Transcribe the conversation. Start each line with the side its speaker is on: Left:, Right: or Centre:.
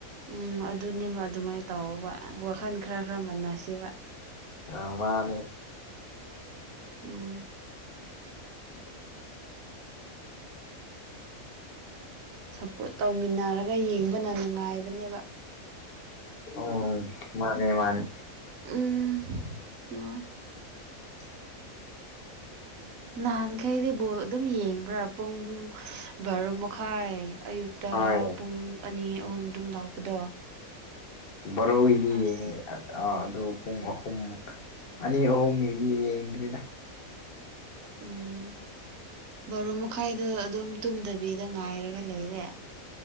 Right: ꯎꯝ ꯑꯗꯨꯅꯦꯕ ꯑꯗꯨꯃꯥꯏꯅ ꯇꯧꯑꯣꯕ ꯋꯥꯈꯜ ꯈꯔ ꯈꯔ ꯃꯟꯅꯁꯦꯕ
Left: ꯑ ꯃꯥꯅꯦ
Right: ꯎꯝ
Left: <inaudible>
Right: ꯁꯞꯄꯣꯔꯠ ꯇꯧꯃꯤꯟꯅꯔꯒ ꯌꯦꯡꯕꯅ ꯅꯨꯡꯉꯥꯏꯕꯅꯦꯕ
Left: ꯑꯣ ꯃꯥꯅꯦ ꯃꯥꯅꯦ
Right: ꯎꯝ ꯃ
Left: <inaudible>
Right: ꯅꯍꯥꯟꯈꯩꯗꯤ ꯕꯣꯜ ꯑꯗꯨꯝ ꯌꯦꯡꯕ꯭ꯔꯥ ꯄꯨꯡ ꯕꯥꯔꯣ ꯃꯈꯥꯏ ꯑꯌꯨꯛꯇ
Left: ꯍꯣꯏ
Right: ꯄꯨꯡ ꯑꯅꯤ ꯑꯍꯨꯝ ꯑꯗꯨꯝ ꯂꯥꯛꯄꯗꯣ
Left: ꯕꯔꯣ ꯒꯤꯗꯤ
Right: ꯑꯁ
Left: ꯌꯦꯡꯉꯦ ꯑꯥ ꯄꯨꯡ ꯑꯍꯨꯝ ꯑꯅꯤ ꯑꯍꯨꯝ ꯒꯤꯗꯤ ꯌꯦꯡꯗ꯭ꯔꯤꯗ <inaudible>
Right: ꯎꯝ ꯕꯥꯔꯣ ꯃꯈꯥꯏꯗ ꯑꯗꯨꯝ ꯇꯨꯝꯗꯕꯤꯗ ꯉꯥꯏꯔꯒ ꯂꯩꯔꯦ